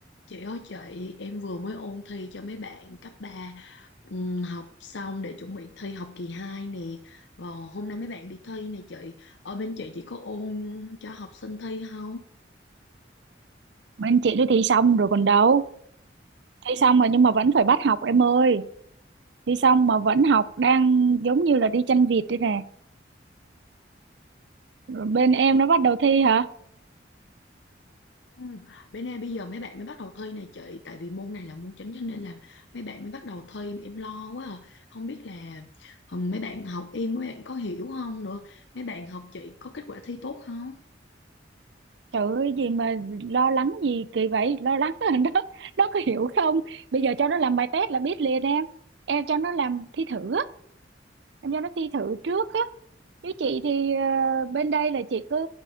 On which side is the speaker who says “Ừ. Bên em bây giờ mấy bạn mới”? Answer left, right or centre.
Left